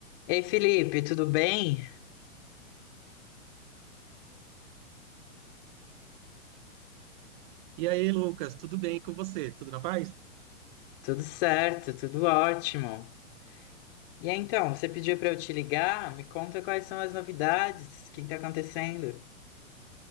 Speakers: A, on the left; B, on the right.
A: Ei, Felipe, tudo bem?
B: E aí, Lucas, tudo bem com você? Tudo na paz?
A: Tudo certo, tudo ótimo. E aí, então, você pediu para eu te ligar? Me conta quais são as novidades, o que está acontecendo?